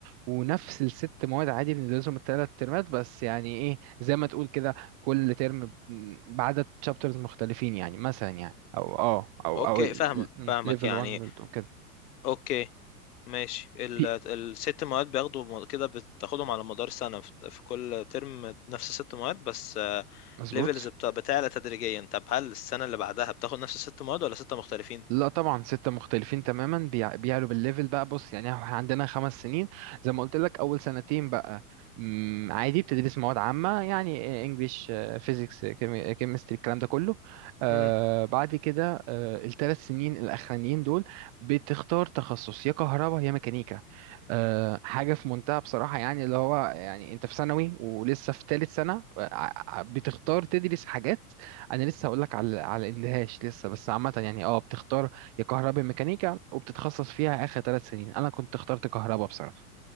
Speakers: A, on the right; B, on the left.
A: ونفس الست مواد عادي بندرسهم الثلاث ترمات بس يعني ايه زي ما تقول كده كل ترم ب- بعدد شابترز مختلفين يعني مثلا يعني او اه او
B: اوكي
A: او
B: فاهمك فاهمك
A: ليفل
B: يعني
A: 1 كده
B: اوكي ماشي ال-
A: في-
B: الست مواد بياخدوا م- كده بتاخدهم على مدار سنة في في كل ترم نفس الست مواد بس
A: مظبوط
B: ليفلز بتعلى تدريجيا طب هل السنة اللي بعدها بتاخد نفس الست مواد ولا ستة مختلفين؟
A: لا طبعا ستة مختلفين تماما بيع- بيعلوا بالليفل بقى بص يعني احنا عندنا خمس سنين زي ما قلت لك أول سنتين بقى مم، عادي بتدرس مواد عامة يعني انجليش فيزيكس كيمستري الكلام ده كله آه
B: امم
A: بعد كده آه الثلاث سنين الأخرانيين دول بتختار تخصص يا كهرباء يا ميكانيكا آه حاجة في منتهى بصراحة يعني اللي هو يعني انت في ثانوي ولسه في ثالث سنة آه، ع- ع- بتختار تدرس حاجات انا لسه هقول لك على على الاندهاش لسه بس عامه يعني اه بتختار يا كهرباء ميكانيكا وبتتخصص فيها اخر ثلاث سنين انا كنت اخترت كهرباء بصراحه